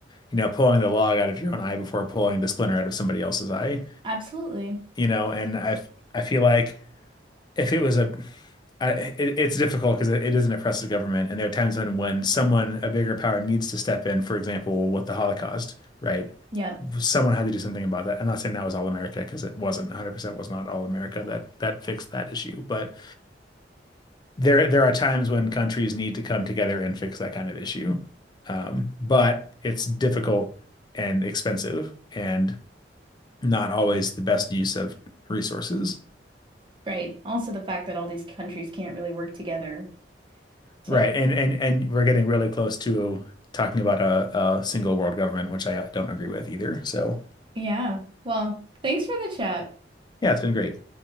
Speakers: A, on the left; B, on the right.
A: you know, pulling the log out of your own eye before pulling the splinter out of somebody else's eye.
B: Absolutely.
A: You know, and I I feel like if it was a I, it, it's difficult because it, it is an oppressive government, and there are times when when someone a bigger power needs to step in, for example, with the Holocaust, right?
B: Yep.
A: someone had to do something about that. I'm not saying that was all America because it wasn't 100% was not all America that that fixed that issue, but there there are times when countries need to come together and fix that kind of issue. Um, but it's difficult and expensive and not always the best use of resources.
B: Right. Also, the fact that all these countries can't really work together to,
A: Right. And and and we're getting really close to talking about a, a single world government, which I don't agree with either. So,
B: yeah. Well, thanks for the chat.
A: yeah, it's been great.